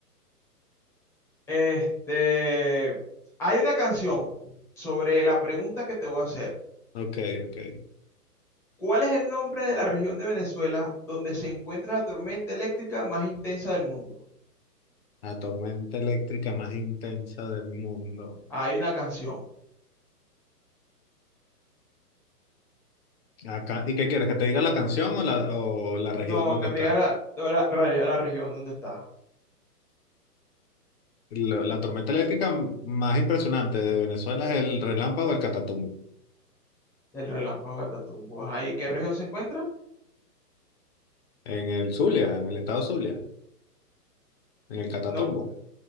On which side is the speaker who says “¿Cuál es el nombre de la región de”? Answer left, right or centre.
Centre